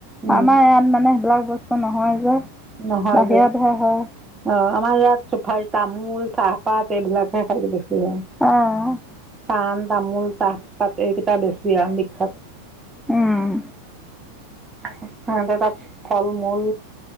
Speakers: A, on the right (about 15°); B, in the centre.
A: উম,
B: আমাৰ ইয়াত মানে সেইবিলাক বস্তু নহয় যে।
A: নহয়
B: বাহিয়তে
A: যে
B: হয় ।
A: অ আমাৰ ইয়াত ছুপাৰী, তামোল, চাহপাত এইবিলাকহে খালি বেছি।
B: অ'
A: পান। তামোল, চাহপাত এইকেইটা বেছি আও বিখ্যাত।
B: উম
A: হ তাহত তাত ফল মূল